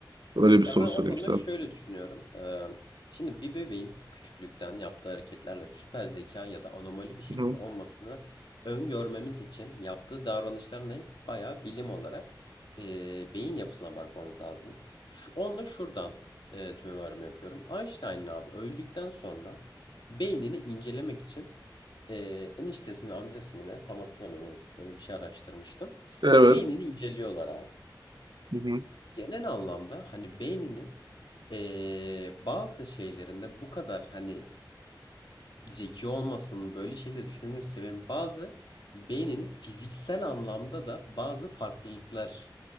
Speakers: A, on the right (about 65°); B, on the left (about 75°).
A: Öyle bir
B: Ya
A: soru
B: ben
A: sorayım
B: o konuda
A: sana.
B: şöyle düşünüyorum. Ee, şimdi bir bebeğin küçüklükten yaptığı hareketlerle süper zeka ya da anomali bir şekilde
A: Hı.
B: olmasını öngörmemiz için yaptığı davranışlarına bayağı bilim olarak e, beyin yapısına bakmamız lazım. Şu, onunla şuradan e, tüme varımı yapıyorum. Einstein'ın abi öldükten sonra beynini incelemek için e, eniştesini amcası mı ne tam hatırlamıyorum böyle bir şey araştırmıştım.
A: Evet.
B: Beynini inceliyorlar abi
A: Hı hı.
B: genel anlamda hani beyninin eee, bazı şeylerinde bu kadar hani zeki olmasının böyle şeyleri düşünmenin sebebi bazı beyninin fiziksel anlamda da bazı farklılıklar